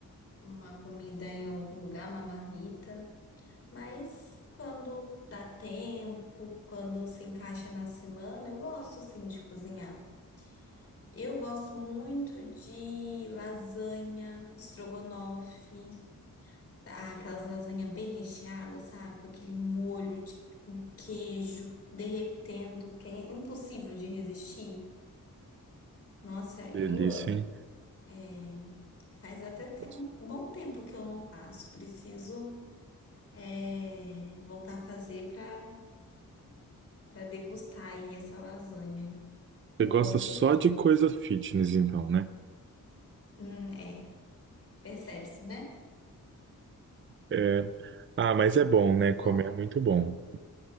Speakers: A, on the left (about 45°); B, on the right (about 35°).
A: uma comida em algum lugar, uma marmita. Mas quando dá tempo, quando se encaixa na semana, eu gosto sim de cozinhar. Eu gosto muito de lasanha, estrogonofe, tá? aquelas lasanhas bem recheadas, sabe? Com aquele molho de, com queijo derretendo, que é impossível de resistir. Nossa,
B: Delícia,
A: eu amo.
B: hein?
A: É, Faz até te-
B: Você
A: um bom tempo que eu não faço. Preciso. é, voltar a fazer para para degustar aí essa lasanha, que
B: gosta
A: eu gosto.
B: só de coisa fitness, então, né?
A: Hum, é, percebe-se, né?
B: É. Ah, mas é bom, né? Comer
A: Ó,
B: é muito bom.